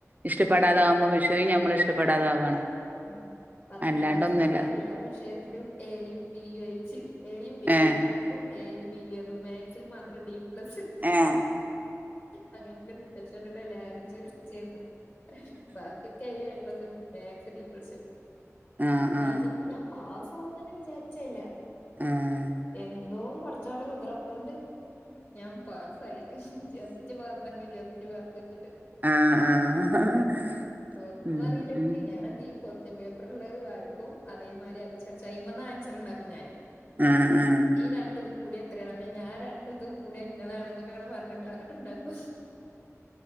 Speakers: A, on the right (about 30°); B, on the left (about 40°).
A: ഇഷ്ടപ്പെടാതാവുമ്പോ വിഷയും നമ്മള് ഇഷ്ടപ്പെടാതാവാണ്
B: <unintelligible> പത്താം
A: അല്ലാണ്ടൊന്നുല്ല
B: ക്ലാസ്ന്നൊക്കെ എല്ലാ വിഷയത്തിലും എയും ബിയും ഒയ്ച്ച് എയും ബി
A: ഏ
B: എപ്ലസും എയും ബിയേന്നു മാക്സിൽ മാത്രം ഡി പ്ലസ്
A: ഏഹ്
B: അങ്ങനെ ഇൻ്റെ റിസൽറ്റ് കണ്ടിട്ടെല്ലാരും ചിർച്ചേന്നു. ബാക്കിയൊക്കെ ഏയും എപ്ലസും മേക്സ് ഡി പ്ലസ്.
A: ആഹ്
B: ഞാൻ
A: ആഹ്
B: തന്നെ ഞാൻ പാസാവുംന്നന്നെ വിചാരിച്ചെ അല്ല
A: ആഹ്
B: എന്തോ പടച്ചോന്റെ കുദ്റത്തോണ്ട് ഞാൻ പാസായി ജസ്റ്റ് പാസ് എങ്കി ജസ്റ്റ് പാസ് വെച്ചിട്ട്
A: ആഹ് ആഹ്
B: ഒന്നു
A: ഉം
B: അറീല്ലെൻക്കേ
A: ഉം
B: ഞാനെന്തെയ്യും കൊസ്റ്റ്യൻപേപ്പറ് ഇള്ളെ വായിക്കും അതേമായ്രി അച്ചട്ച്ച് അയ്മന്ന് ആൻസറ്ണ്ടാക്കും ഞാന്.
A: ആഹ് ആഹ്
B: ഈ രണ്ടിതും കൂടിയ എത്രയാണ് അപ്പ ഞാൻ രണ്ട്തും കൂടിയാ ഇന്നതാണ്ന്നൊക്കെ ങ്ങട് പരഞ്ഞിട്ട് ഇങ്ങട്ട്ണ്ടാക്കും